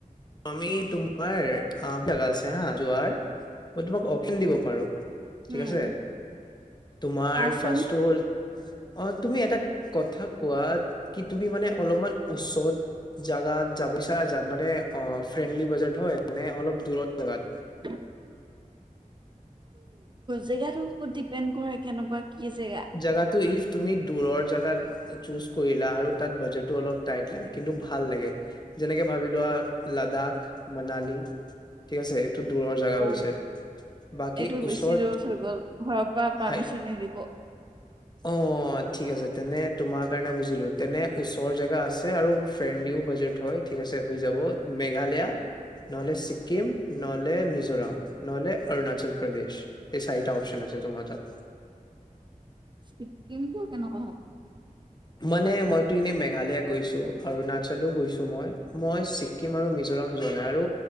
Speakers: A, on the left; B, on the right.
A: আমি তোমাৰ হা জাগা আছে হা যোৱাৰ, মই তোমাক অপচন দিব পাৰো।
B: হম
A: ঠিক আছে, তোমাৰ
B: কোৱাচোন
A: ফাৰ্ষ্টটো হ'ল অ তুমি এটা কথা কোৱা কি তুমি মানে অলপমান ওচৰত জাগাত যাব বিচাৰা যাত মানে অ ফ্ৰেণ্ডলি বাজেট হয় অলপ দূৰৰ জাগাত।
B: <unintelligible> জেগাটোৰ ওপৰত ডিপেণ্ড কৰে কেনেকুৱা কি জেগা।
A: জেগাতটো ইফ তুমি দূৰৰ জাগাত চুজ কৰিলা আৰু তাত বাজেটো অলপ টাইট লাগে কিন্তু ভাল লাগে। যেনেকে ভাবি লোৱা লাদাখ, মানালী ঠিক আছে। টো দূৰৰ জেগা
B: অ
A: হৈছে। বাকী
B: এইটো বেছি
A: ওচৰত
B: দূৰত হৈ গ'ল ঘৰৰ পা পাৰ্মিচন
A: হাই
B: নিদিব।
A: অ অ ঠিক আছে তেনে তোমাৰ কাৰণে বুজিলো, তেনে ওচৰ জেগা আছে আৰু ফ্ৰেণ্ডলিও বাজেট হয়। ঠিক আছে হৈ যাব মেঘালয়া নহ'লে ছিকিম নহ'লে মিজোৰাম নহ'লে অৰুণাচল প্ৰদেশ। এই চাৰিটা অপচন আছে তোমাৰ তাত।
B: ছিক্কিমটো কেনেকুৱা হ'ব?
A: মানে মইতো এনে মেঘালায়া গৈছোঁ অৰুণাচলো গৈছোঁ মই, মই ছিক কিম আৰু মিজোৰাম যোৱা নাই আৰু